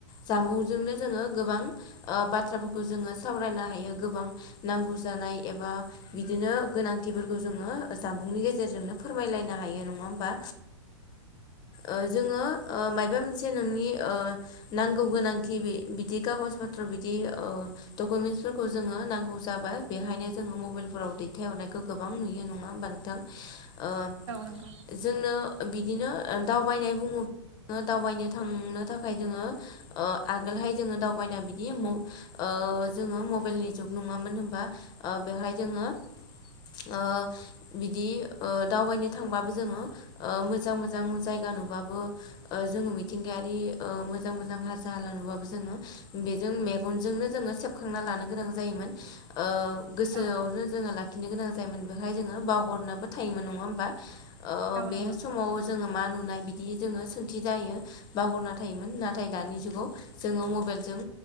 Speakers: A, on the left (about 25°); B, on the right (about 65°).
A: जामबुंजोंनो जोङो गोबां ओ बाथ्राफोरखौ जोङो सावरायनो हायो गोबां नांगौ जानाय एबा बिदिनो गोनांथिफोरखौ जोङो ओ जानबुंनि गेजेरजोंनो फोरमायलायनो हायो नङा होमबा? ओ जोङो ओ मायबा मोनसे नोंनि ओ नांगौ गोनांथि बि बिदि कागज पत्र बिदि ओ दकमेन्टस फोरखौ जोङो नांगौ जाबा बा बेहायनो जोङो मबेलफोराव दैथायहरनायखौ गोबां नुयो नङा होमबा नोंथां? ओ
B: नंगौ
A: जोंनो बिदिनो ओ दावबायनाय बुङोब ओ दावबायनो थांनो थाखाय जोङो ओ आगोलहाय जोङो दावबायना बिदि मुं ओ ओ जोङो मबेलनि जुग नङामोन होमबा ओ बेहाय जोङो ओ बिदि ओ दावबायनो थांबाबो जोङो ओ मोजां मोजां मो जायगा गा नुबाबो ओ जोङो‌ मिथिंगायारि ओ मोजां मोजां हाजो हाला नुबा बो जोङो उम बेजो जों मेगन जोंनो जोङो सेबखांना लानो गोनां जायोमोन ओ गोसोआवनो
B: औ
A: जोङो लाखिनो गोनां जायोमोन बेहाय जोङो बावगरनाबो थायोमोन नङा होमबा? ओ
B: औ नंगौ औ
A: बे
B: नंगौ
A: समाव जोङो मा नुन नाय बिदि जोङो सोंथि जायो बावगरना थायोमोन नाथाय दानि जुगाव जोङो मबेलजों